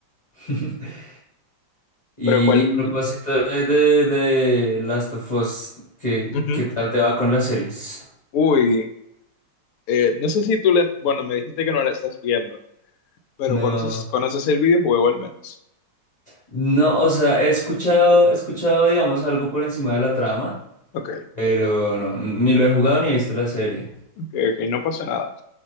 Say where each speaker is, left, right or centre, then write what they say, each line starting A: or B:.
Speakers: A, on the left; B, on the left.
A: <laughs> Y,
B: Pero cuál...
A: y a propósito de, de, de Last of Us, ¿qué,
B: Ujú.
A: qué tal te va con las series?
B: Uy, eh, no sé si tú le... Bueno, me dijiste que no la estás viendo, pero
A: No,
B: conoces, conoces el videojuego al menos.
A: no, o sea, he escuchado, he escuchado, digamos, algo por encima de la trama,
B: Ok,
A: pero no, ni lo he jugado ni he visto la serie.
B: ok, ok, no pasa nada.